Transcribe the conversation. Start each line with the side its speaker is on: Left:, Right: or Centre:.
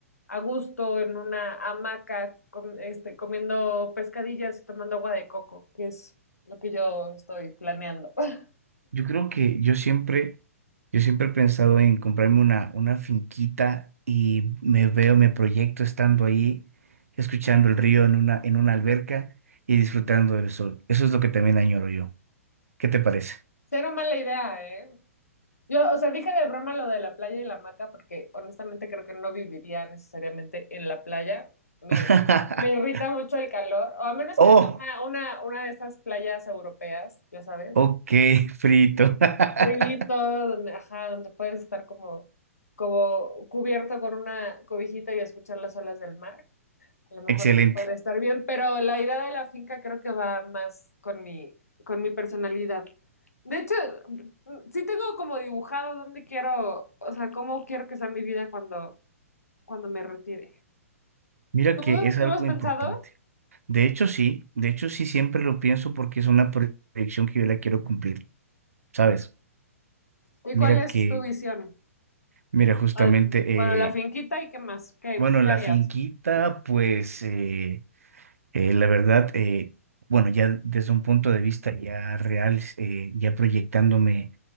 Left: a gusto, en una hamaca, com- este, comiendo pescadillas y tomando agua de coco, que es lo que yo estoy planeando. <laughs>
Right: Yo creo que yo siempre, yo siempre he pensado en comprarme una, una finquita y me veo, me proyecto estando ahí, escuchando el río en una, en una alberca y disfrutando del sol. Eso es lo que también añoro yo. ¿Qué te parece?
Left: Cero mala idea, ¿eh? Yo, o sea, dije de broma lo de la playa y la hamaca porque honestamente creo que no viviría necesariamente en la playa. Me,
Right: <laughs>
Left: me irrita mucho el calor, o a menos
Right: Oh,
Left: que sea una, una, una de esas playas europeas, ya sabes,
Right: ok, frito.
Left: frito,
Right: <laughs>
Left: donde, ajá, donde puedes estar como, como cubierto con una cobijita y escuchar las olas del mar. A lo mejor
Right: Excelente.
Left: eso podría estar bien, pero la idea de la finca creo que va más con mi, con mi personalidad. De hecho, mm, sí tengo como dibujado dónde quiero, o sea, cómo quiero que sea mi vida cuando, cuando me retire.
Right: Mira
Left: ¿Tú,
Right: que es
Left: tú
Right: algo
Left: lo has pensado?
Right: importante. De hecho, sí, de hecho, sí, siempre lo pienso porque es una proyección que yo la quiero cumplir, ¿sabes?
Left: ¿Y
Right: Mira
Left: cuál es
Right: que,
Left: tu visión?
Right: mira, justamente,
Left: Ah, Bueno, la
Right: eh,
Left: finquita y qué más, ¿qué,
Right: bueno,
Left: qué
Right: la
Left: harías?
Right: finquita, pues, eh, eh, la verdad, eh, bueno, ya desde un punto de vista ya real, eh, ya proyectándome